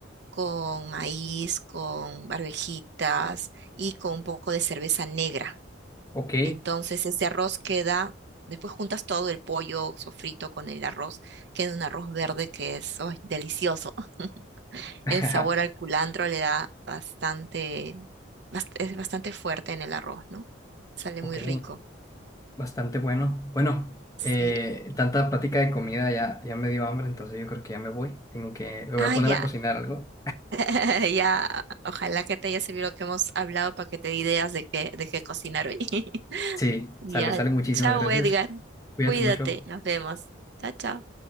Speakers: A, on the right; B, on the left.
A: con maíz, con barbejitas y con un poco de cerveza negra.
B: ok.
A: Entonces ese arroz queda, después juntas todo el pollo sofrito con el arroz, queda un arroz verde que es ¡ay, delicioso. <laughs>
B: <laughs>
A: El sabor al culantro le da bastante, bast- es bastante fuerte en el arroz, ¿no? Sale
B: Ok,
A: muy rico.
B: bastante bueno. Bueno,
A: Sí.
B: eh, tanta plática de comida ya, ya me dio hambre, entonces yo creo que ya me voy. Tengo que, me voy
A: Ah,
B: a poner
A: ya,
B: a cocinar algo.
A: <laughs> ya. Ojalá que te haya servido lo que hemos hablado para que te dé ideas de qué, de qué cocinar hoy. <laughs>
B: Sí,
A: Ya.
B: sale, sale. Muchísimas
A: Chao,
B: gracias.
A: Edgar.
B: Cuídate
A: Cuídate.
B: mucho.
A: Nos vemos. Chao, chao.